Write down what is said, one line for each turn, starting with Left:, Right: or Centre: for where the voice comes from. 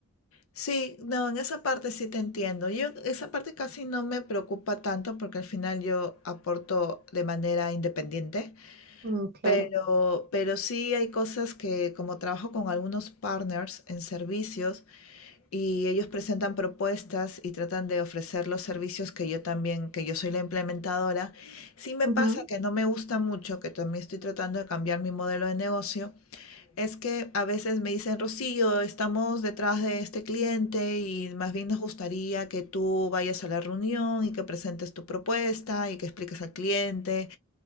Left: Sí, no, en esa parte sí te entiendo. Yo esa parte casi no me preocupa tanto porque al final yo aporto de manera independiente,
Right: Mm, claro,
Left: pero, pero sí hay cosas que como trabajo con algunos partners en servicios y ellos presentan propuestas y tratan de ofrecer los servicios que yo también, que yo soy la implementadora, sí me
Right: Ujú,
Left: pasa que no me gusta mucho, que también estoy tratando de cambiar mi modelo de negocio es que a veces me dicen, Rocío, estamos detrás de este cliente y más bien nos gustaría que tú vayas a la reunión y que presentes tu propuesta y que expliques al cliente.